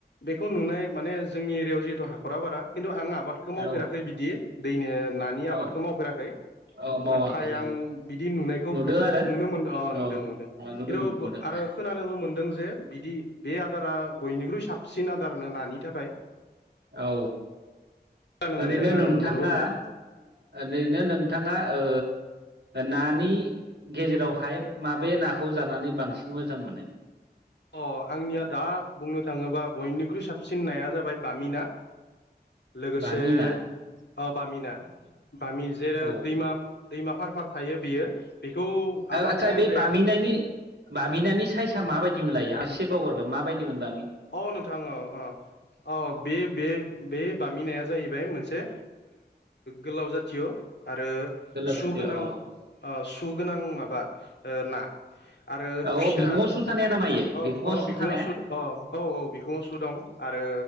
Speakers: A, on the left; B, on the right.
A: बेखौ नुनाय माने जोंनि एरियायाव जिहेतु हाखरा बारा खिन्थु आं आबादखौ मावफेराखै
B: औ
A: बिदि दैनो नानि आबादखौ
B: औ
A: मावफेराखै
B: औ मावाखै
A: नाथाय आं
B: औ
A: बिदि नुनायखौ
B: नुदों आरो
A: नुनो मोनदों अ
B: औ
A: नुदों नुदों
B: औ नुनो
A: खिन्थु
B: मोन नुदों
A: आरो खोनानोबो मोनदों जे बिदि बे आदारा बयनिख्रुइ साबसिन आदारनो नानि थाखाय
B: औ
A: खोनानो
B: ओरैनो
A: मोनदों आरो
B: नोंथाङा
A: नुनोबो मोनदों
B: ओरैनो नोंथां ना ओ नानि गेजेरावहाय माबे नाखौ जानानै बांसिन मोजां मोनो
A: अ आंनिया दा बुंनो थाङोबा बयनिख्रुइ साबसिन नाया जाबाय बामिना लोगोसे
B: बामि ना
A: अ बामिना बामि जेराव
B: औ
A: दैमा दैमा फार फार थायो बेयो बेखौ
B: आथसा
A: आबाद मावनाय
B: बे
A: जाया
B: बामि नायनि बामिनानायनि साइसआ माबायदि मोनल एसे बावगारबाय माबायदि मोनबा
A: अ नोंथां औ अ अ बे बे बे बामि नाया जाहैबाय मोनसे गोलाव जाथिय आरो
B: गोलाव
A: सुगोनां
B: सैथो औ
A: अ सुगोनां माबा ओ ना आरो
B: औ
A: खुसिया
B: बिखुङाव सु थानाया नामा इयो
A: अ
B: बिखुङाव
A: अ
B: सु
A: बिखङा
B: थानाया
A: सुद अ औ औ बिखुङाव सु दं आरो